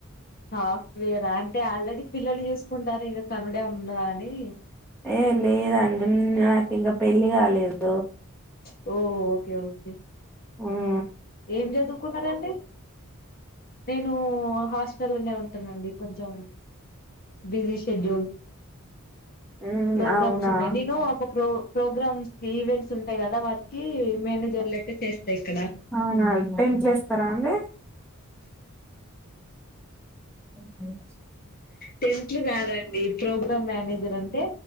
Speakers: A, on the left; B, in the centre.
A: సాఫ్ట్ వేర్ ఆ అంటే ఆల్రెడీ పిల్లల్ని చూస్ కుంటారు ఇగ కనుడేమన్న ఉన్నదా అని
B: ఏ లేదండి నాకు ఇంకా పెళ్ళి కాలేదు
A: హో ఓకే ఓకే కే
B: హు
A: ఏం చదువుకున్నారండి నేను హాస్టల్నే ఉంటానండి కొంచెం బిజీ షెడ్యూల్
B: మ్మ్
A: ప్రోగ్రామ్స్
B: అవునా
A: ఉన్నాయి నేను ఒక ప్రో ప్రోగ్రామ్స్ ఈవెంట్స్ ఉంటాయి కదా వాటికి మేనేజర్ లెక్క చేస్ టే ఇక్కడ
B: ఆ టెన్త్లు ఎస్తారా అండి అ
A: టెన్త్ కాదండి ప్రోగ్రామ్ మేనేజర్ అంటే